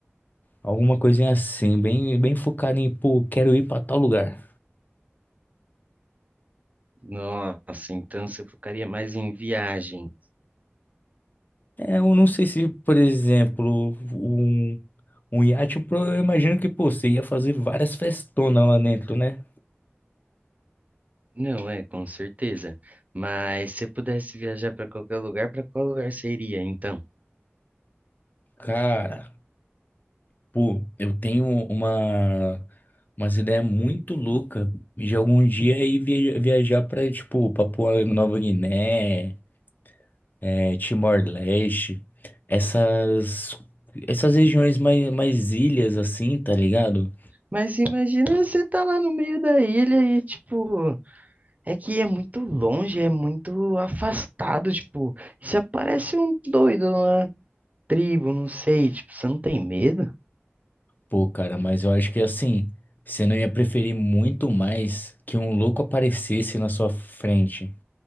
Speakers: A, on the left; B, on the right.
A: alguma coisinha assim, bem, bem focado em, pô, quero ir pra tal lugar.
B: Nossa, então você focaria mais em viagem.
A: É, eu não sei se, por exemplo, um, um iate, eu pro- eu imagino que, pô, você ia fazer várias festonas lá dentro, né?
B: Não, é, com certeza. Mas se pudesse viajar para qualquer lugar, para qual lugar seria, então?
A: Cara, pô, eu tenho uma umas ideias muito louca de algum dia ir via- viajar pra, tipo Papua Nova Guiné, é, Timor-Leste, essas essas regiões mais, mais ilhas assim, tá ligado?
B: Mas imagina você tá lá no meio da ilha e, tipo, é que é muito longe, é muito afastado, tipo, e se aparece um doido, uma tribo, não sei, tipo, você não tem medo?
A: Pô, cara, mas eu acho que assim, você não ia preferir muito mais que um louco aparecesse na sua frente.